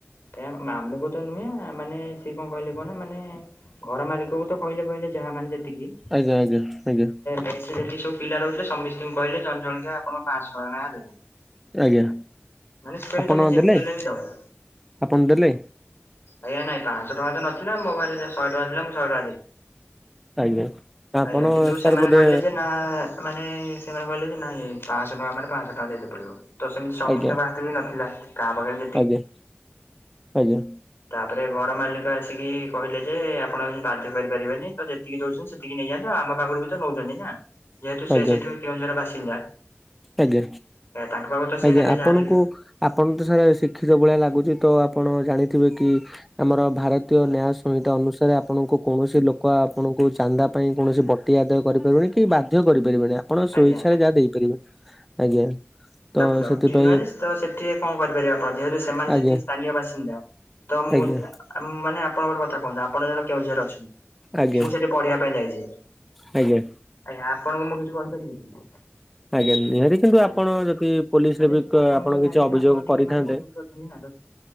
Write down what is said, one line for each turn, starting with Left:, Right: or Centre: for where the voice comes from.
Left: ଆଜ୍ଞା ମାମୁଁ କୁ ତ ନୁହେଁ ମାନେ ସିଏ କଣ କହିଲେ କୁହନା ମାନେ ଘର ମାଲିକକୁ ତ କହିଲେ କହିଲେ ଯାହା ମାନେ ଯେତିକି
Centre: ଆଜ୍ଞା -ଆଜ୍ଞା -ଆଜ୍ଞା।
Left: ମେସ୍ ରେ ଯେତିକି ସବୁ ପିଲା ରହୁଥିଲେ ସମିସ୍ତିଙ୍କୁ କହିଲେ ଜଣ ଜଣିକା ଆପଣ ପାଁ ଶ ଟଙ୍କା ନାଖେ ଦେବେ।
Centre: ଆଜ୍ଞା
Left: ମାନେ ସେ କହିଲେ
Centre: ଆପଣ
Left: ତମେ ଯେମିତି
Centre: ଦେଲେ
Left: ହେଲେ ବି ଦବ।
Centre: ଆପଣ ଦେଲେ?
Left: ଆଜ୍ଞା ନାଇଁ ପାଁ ଶ ଟଙ୍କା ତ ନଥିଲା ମୋ ପାଖରେ ଶହେ ଟଙ୍କା ଥିଲା ମୁଁ ଶହେ ଟଙ୍କା ଦେଲି।
Centre: ଆଜ୍ଞା। ଆପଣ
Left: ଆଜ୍ଞା କିନ୍ତୁ
Centre: ସାର୍
Left: ସେମାନେ
Centre: ବୋଧେ
Left: କହିଲେ ଯେ ନା ଆ- ମାନେ ସେମାନେ କହିଲେ ଯେ ନାଇଁ ପାଁ ଶ ଟଙ୍କା ମାନେ ପାଁ ଶ ଟଙ୍କା ଦେଇତେ ପଡିବ ତ ସେମିତି ସମସ୍ତେ
Centre: ଆଜ୍ଞା
Left: ବି ନଥିଲା କାହା ପାଖେରେ
Centre: ଆଜ୍ଞା -ଆଜ୍ଞା।
Left: ତାପରେ ଘର ମାଲିକ ଆସିକି କହିଲେ ଯେ ଆପଣ ବାଧ୍ୟ କରିପାରିବେନି ତ ଯେତିକି ଦଉଚନ୍ତି ସେତିକି ନେଇଯାନ୍ତୁ ଆମ ପାଖରୁ ବି ତ ନଉଚନ୍ତି ନା। ଯେହେତୁ ସେ
Centre: ଆଜ୍ଞା
Left: ସେଠୁ କେଉଁଝର ବାସିନ୍ଦା
Centre: ଆଜ୍ଞା।
Left: ତାଙ୍କ ପାଖରୁ ତ ସେ
Centre: ଆଜ୍ଞା
Left: ନେବେ
Centre: ଆପଣଙ୍କୁ
Left: ଯାହାବି ହେଲେ।
Centre: ଆପଣ ତ ସାର୍ ଶିକ୍ଷିତ ଭଳିଆ ଲାଗୁଚି ତ ଆପଣ ଜାଣିଥିବେ କି ଆମର ଭାରତୀୟ ନ୍ୟାୟ ସଂହିତା ଅନୁସାରେ ଆପଣଙ୍କୁ କୌଣସି ଲୋକ ଆପଣଙ୍କୁ ଚାନ୍ଦା ପାଇଁ କୌଣସି ବ ଟି ଆଦାୟ କରିପାରିବନି କି ବାଧ୍ୟ କରିପାରିବେନି ଆପଣ ସ୍ୱଇଚ୍ଛାରେ
Left: ଆଜ୍ଞା।
Centre: ଯାହା ଦେଇପାରିବେ- ଆଜ୍ଞା। ତ
Left: ତ-ବଟି
Centre: ସେଥିପାଇଁ
Left: ମାନେ ସେ ତ ସେଠି କଣ କରିପାରିବେ ଆପଣ ଯେହେତୁ ସେମାନେ
Centre: ଆଜ୍ଞା
Left: ସେଠି ସ୍ଥାନୀୟ ବାସିନ୍ଦା। ତ ମୁଁ
Centre: ଆଜ୍ଞା
Left: ଆ- ମାନେ ଆପଣଙ୍କର କଥା କୁହନ୍ତୁ ଆପଣ ଧର କେଉଁଝର ରେ ଅଛନ୍ତି
Centre: ଆଜ୍ଞା
Left: ମୁଁ ସେଠି ପଢିବା ପାଇଁ ଯାଇଚି
Centre: ଆଜ୍ଞା।
Left: ଆଜ୍ଞା ଆପଣଙ୍କୁ ମୁଁ କିଛି କହିପାରିବି କି?
Centre: ଆଜ୍ଞା ନିହାତି କିନ୍ତୁ ଆପଣ
Left: ଆଜ୍ଞା
Centre: ଯଦି ପୋଲିସ୍
Left: ମାନେ
Centre: ରେ ବି
Left: ଆପଣଙ୍କ
Centre: ଆପଣ
Left: ଜାଗାରେ
Centre: କିଛି ଅଭିଯୋଗ
Left: ଆପଣ ଟିକେ
Centre: କରିଥାନ୍ତେ
Left: ମାନେ ମଜବୁତ ଅଛନ୍ତି ନା ତ